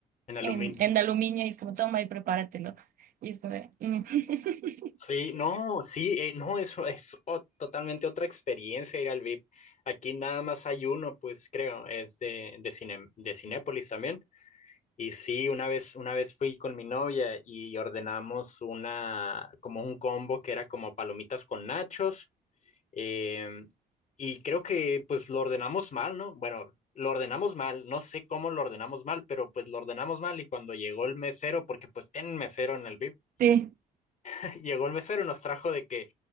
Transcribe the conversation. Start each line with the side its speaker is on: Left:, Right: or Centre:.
Left: en aluminio?
Right: en, en aluminio y es como, toma y prepáratelo. Y es como, de, "Mm". <laughs>
Left: Sí, no, sí, eh, no, eso es o- totalmente otra experiencia ir al VIP. Aquí nada más hay uno, pues creo, es de, de, Cine- de Cinépolis también. Y sí, una vez, una vez fui con mi novia y ordenamos una, como un combo que era como palomitas con nachos Eh, y creo que pues lo ordenamos mal, ¿no? Bueno, lo ordenamos mal, no sé cómo lo ordenamos mal, pero pues lo ordenamos mal y cuando llegó el mesero, porque pues ten mesero en el VIP,
Right: Sí.
Left: <laughs> llegó el mesero y nos trajo de que